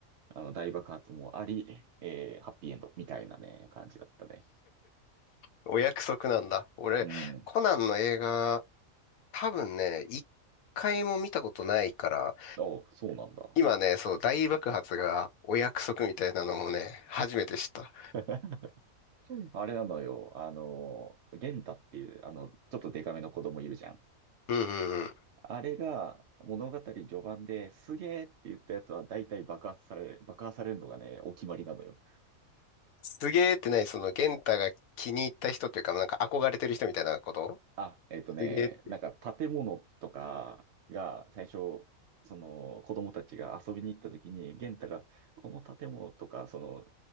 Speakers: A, on the right; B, on the left.
A: あの大爆発もあり、えーハッピーエンドみたいなね、感じだったね。
B: お約束なんだ。俺、
A: うん。
B: コナンの映画多分ね、一回も見たことないから、
A: あ、そうなんだ。
B: 今ね、そう、大爆発がお約束みたいなのもね、初めて知った。
A: <laughs> あれなのよ。あの、元太っていう、あの、ちょっとデカめの子供いるじゃん。
B: うんうんうん。
A: あれが物語序盤ですげーって言ったやつは大体爆発され、爆破されるのがね、お決まりなのよ。
B: すげーってない、その、元太が気に入った人というか、なんか憧れてる人みたいなこと
A: あ、えっとね、
B: すげー。
A: なんか建物とかが最初、その子供たちが遊びに行った時に、元太がこの建物とか、その、